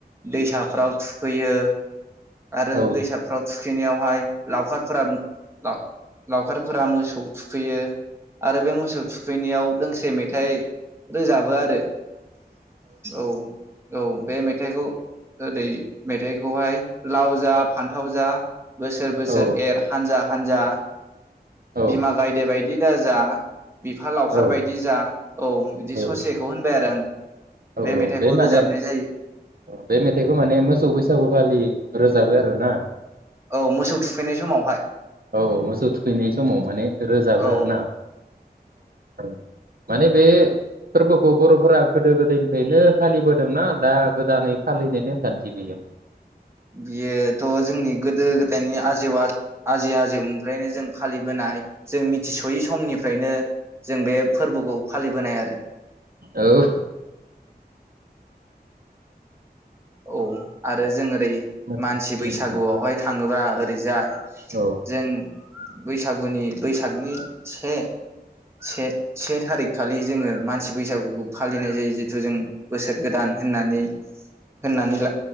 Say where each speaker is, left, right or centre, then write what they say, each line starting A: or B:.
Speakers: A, on the right (about 15°); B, on the right (about 60°).
A: दैसाफ्राव थुखैयो आरो
B: औ
A: दैसाफ्राव थुखैनायावहाय लावखारफोरा लाव-लावखारफोरा मोसौ थुखैयो आरो बे मोसौ थुखैनायाव दोंसे मेथाइ रोजाबो आरो। औ औ बे मेथाइखौ ओदै मेथाइखौहाय लाव जा फान्थाव जा बोसोर बोसोर
B: औ
A: एर हानजा हानजा <inaudible>
B: औ
A: बिमा गायदे बाय दि दाजा बिफा लावखार
B: औ
A: बायदि जा औ बिदि
B: औ
A: ससेखौ होनबाय आरो आं
B: औ
A: बे
B: औ
A: मेथाइखौ
B: बै माने
A: रोजाबनाय जायो
B: बे मेथाइखौ माने मोसौ बैसागुखालि रोजाबो आरो ना?
A: औ मोसौ थुखैनाय समावहाय
B: औ औ मोसौ थुखैनाय समाव माने रोजाबो
A: औ
B: आरो ना? औ माने बे फोरबोखौ बर'फोरा गो दो-गोदायनिफ्रायनो फालिबोदोंना दा गोदानै फालिनाय नेमखान्थि बेयो?
A: बियोथ' जोंनि गोदो-गोदायनि आजौ-आजै-आजौनिफ्रायनो जों फालिबोनाय जों मिथिस'यै समनिफ्रायनो जों बे फोरबोखौ फालिबोनाय आरो।
B: औ।
A: औ आरो जों ओरै
B: मोन
A: मानसि बैसागुआवहाय
B: उम उम
A: थाङोब्ला जाय
B: औ
A: जों बैसागुनि बैसागनि से-से-से थारिख खालि जोङो मानसि बैसागुखौ फालिनाय जायो जिथु जों बोसोर गोदान होननानै होननानै ला